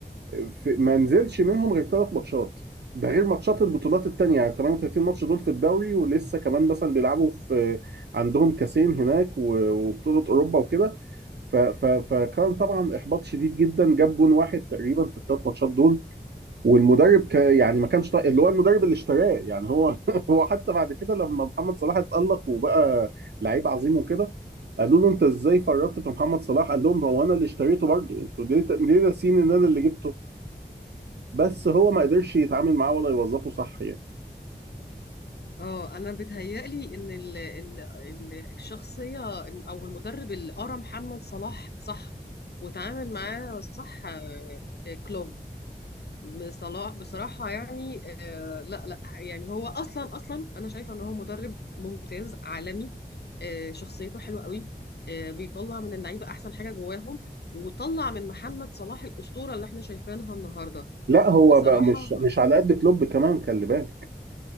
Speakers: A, on the right; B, on the left.
A: في ما نزلش منهم غير ثلاث ماتشات ده غير ماتشات البطولات التانية يعني 38 ماتش دول في الدوري ولسه كمان مثلا بيلعبوا في عندهم كاسين هناك و- وبطولة أوروبا وكده ف- ف- فكان طبعا إحباط شديد جدا جاب جون واحد تقريبا في الثلاث ماتشات دول والمدرب ك يعني ما كانش طايق اللي هو المدرب اللي اشتراه يعني هو <laughs> هو حتى بعد كده لما محمد صلاح اتألق وبقى لعيب عظيم وكده قالوا له انت ازاي فرطت في محمد صلاح قال لهم هو انا اللي اشتريته برضه انتوا ليه ليه ناسين ان انا اللي جبته بس هو ما قدرش يتعامل معاه ولا يوظفه صح يعني
B: اه انا بيتهيألي ان ال ال ال الشخصيه او المدرب اللي قرا محمد صلاح صح وتعامل معاه صح آه، كلوب بصلاح بصراحة يعني آه لا لا يعني هو أصلا أصلا أنا شايفة إن هو مدرب ممتاز عالمي آه شخصيته حلوة قوي آه بيطلع من اللعيبة أحسن حاجة جواهم وطلع من محمد صلاح الأسطورة اللي احنا شايفينها النهاردة
A: لا هو
B: بصراحة
A: بقى مش مش على قد كلوب كمان خلي بالك